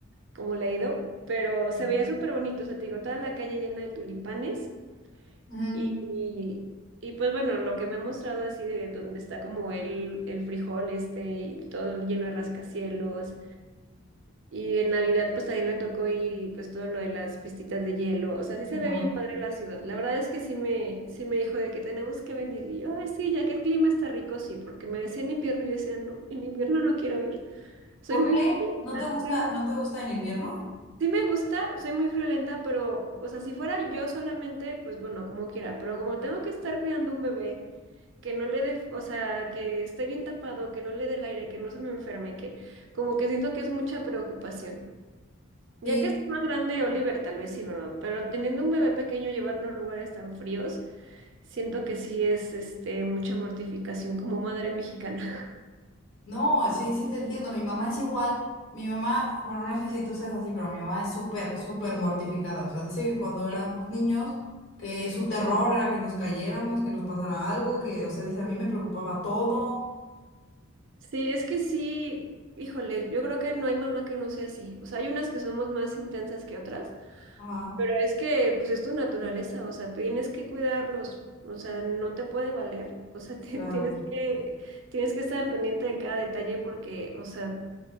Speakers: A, on the right; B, on the left.
A: cómo le ha ido, pero
B: sí.
A: se veía súper bonito. O sea, te digo, toda la calle llena de tulipanes.
B: Ujú,
A: Y, y, y, pues bueno, lo que me ha mostrado así de donde está como el, el frijol este y todo lleno de rascacielos y en Navidad pues también le tocó ir y pues todo lo de las pistitas de hielo. O sea, sí se
B: ajá.
A: ve bien padre la ciudad. La verdad es que sí me, sí me dijo de que tenemos que venir. Y yo, ay, sí, ya que el clima está rico, sí, porque me decía en invierno y yo decía, no, en invierno no quiero ir. Soy
B: ¿Por
A: muy
B: qué?
A: friolenta.
B: ¿No te gusta,
A: Sí,
B: no te gusta en invierno?
A: sí me gusta, soy muy friolenta, pero, o sea, si fuera yo solamente, pues bueno, como quiera. Pero como tengo que estar cuidando un bebé, que no le dé, o sea, que esté bien tapado, que no le dé el aire, que no se me enferme, que como que siento que es mucha preocupación. Ya
B: Sí.
A: que está más grande Oliver, tal vez sí, ¿verdad? Pero teniendo un bebé pequeño, llevarlo a lugares tan fríos, siento que sí es este, mucha mortificación como madre mexicana.
B: No, sí, sí te entiendo. Mi mamá es igual. Mi mamá, bueno, no sé si tú seas así, pero mi mamá es súper, súper mortificada. O sea, dice que cuando éramos
A: <laughs>
B: niños, que su terror era que nos cayéramos, que nos pasara algo, que, o sea, dice, a mí me preocupaba todo.
A: Sí, es que sí, híjole, yo creo que no hay mamá que no sea así. O sea, hay unas que somos más intensas que otras,
B: Ajá,
A: pero es que pues es tu naturaleza, o sea, tienes que cuidarlos, o sea, no te puede valer, <laughs> o sea, ti-
B: claro.
A: tienes que, tienes que estar al pendiente de cada detalle porque, o sea,